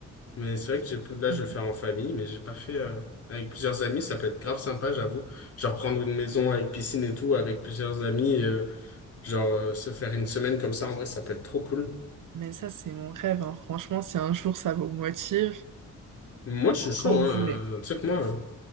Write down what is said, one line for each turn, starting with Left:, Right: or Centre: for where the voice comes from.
Left: Mais c'est vrai que j'ai, là,
Right: <laughs>
Left: je vais le faire en famille, mais j'ai pas fait euh, avec plusieurs amis. Ça peut être grave sympa, j'avoue. Genre prendre une maison avec piscine et tout, avec plusieurs amis, et, euh, genre euh, se faire une semaine comme ça, en vrai, ça peut être trop cool.
Right: Mais ça, c'est mon rêve, hein. Franchement, si un jour ça vous motive,
Left: Moi, je suis chaud,
Right: quand vous
Left: hein.
Right: voulez.
Left: euh, Tu sais que moi, euh,